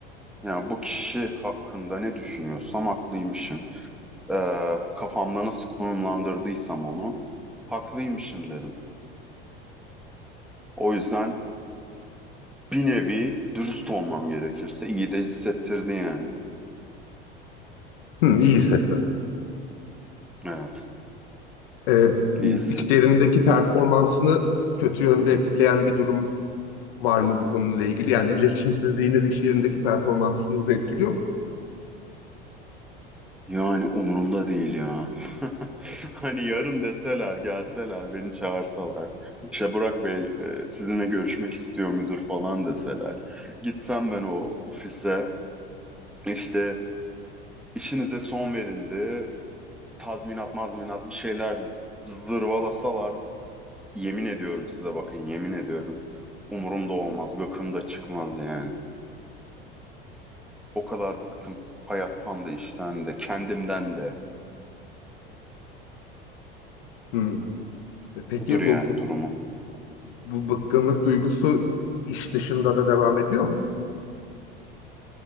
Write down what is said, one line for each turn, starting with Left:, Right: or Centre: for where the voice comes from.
Centre: Yani bu kişi hakkında ne düşünüyorsam haklıymışım. Ee, kafamda nasıl konumlandırdıysam onu haklıymışım dedim. O yüzden bir nevi dürüst olmam gerekirse iyi de hissettirdi yani.
Left: Hı, iyi hissettin.
Centre: Evet,
Left: E,
Centre: iyi hisset.
Left: işlerindeki performansını kötü yönde etkileyen bir durum var mı bu konuyla ilgili? Yani iletişimsizliğiniz iş yerindeki performansınızı etkiliyor mu?
Centre: Yani umurumda değil ya. <laughs> Hani yarın deseler, gelseler, beni çağırsalar. İşte Burak Bey e, sizinle görüşmek istiyor müdür falan deseler. Gitsem ben o ofise işte İşinize son verildi. Tazminat mazminat bir şeyler zırvalasalar yemin ediyorum size bakın yemin ediyorum. Umurumda olmaz, gıkımda çıkmaz yani. O kadar bıktım hayattan da işten de kendimden de.
Left: Hı. Peki
Centre: Budur yani
Left: bu,
Centre: durumu.
Left: bu bıkkınlık duygusu iş dışında da devam ediyor mu?